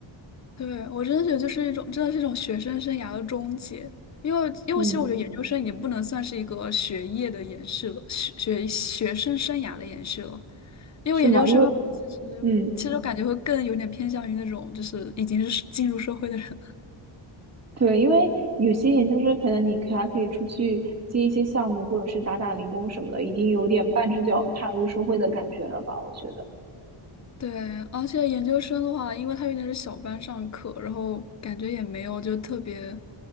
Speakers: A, on the left; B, on the right.
A: 对，我真的觉得就是一种，真的是一种学生生涯的终结。因为，因为其实我觉得研究生已经不能算是一个学业的延续了，
B: 嗯，
A: 学学学生生涯的延续了。因为研究生的话其实其实我感觉会更有点偏向于那种就是已经是进入社会的人了。
B: 是吗？因为，嗯，对，因为有些研究生可能你可还可以出去接一些项目，或者是打打零工什么的，已经有点半只脚踏入社会的感觉了吧？我觉得，
A: 对，而且研究生的话，因为他有点是小班上课，然后感觉也没有就特别，